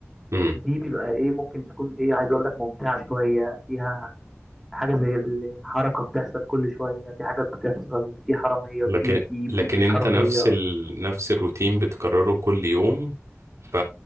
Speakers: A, on the right; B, in the centre.
A: امم
B: دي بيبقى ايه ممكن تكون ايه عايز اقول لك ممتعه شويه فيها حاجة زي الحركة بتحصل كل شوية في حاجات بتحصل في حرامية بتيجي
A: لكن لكن
B: بنقفش
A: انت
B: حرامية
A: نفس ال... نفس الروتين بتكرره كل يوم ف...